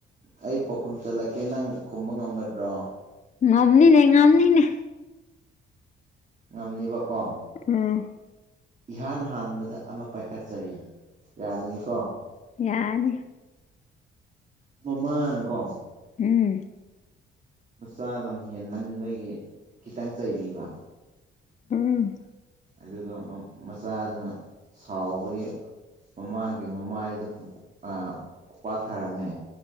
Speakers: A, on the right; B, on the left.
A: ꯑꯩ ꯄꯥꯎꯈꯨꯝ ꯆꯠꯂꯛꯀꯦ ꯅꯪ ꯈꯨꯝꯕ ꯉꯝꯒꯗ꯭ꯔꯣ
B: ꯉꯝꯅꯤꯅ‌ꯦ ꯉꯝꯅꯤꯅꯦ
A: ꯉꯝꯅꯤꯕꯀꯣ
B: ꯎꯝ
A: ꯏꯍꯥꯟ ꯍꯥꯟꯕꯗ ꯑꯃ ꯄꯥꯏꯈꯠꯆꯔꯤ ꯌꯥꯔꯅꯤꯀꯣ
B: ꯌꯥꯔꯅꯤ
A: ꯃꯃꯥꯅ ꯀꯣ
B: ꯎꯝ
A: ꯃꯆꯥ ꯂꯝ ꯍꯦꯟꯃꯟꯕꯒꯤ ꯈꯤꯇꯪ ꯆꯩꯕꯤꯕ
B: ꯎꯝ
A: ꯑꯗꯨꯒ ꯃ ꯃꯆꯥꯗꯨꯅ ꯁꯥꯎꯕꯒꯤ ꯃꯃꯥꯒꯤ ꯃꯃꯥꯏꯗꯨꯗ ꯈꯨ ꯑꯥ ꯈꯨꯄꯥꯛ ꯊꯥꯔꯝꯃꯦ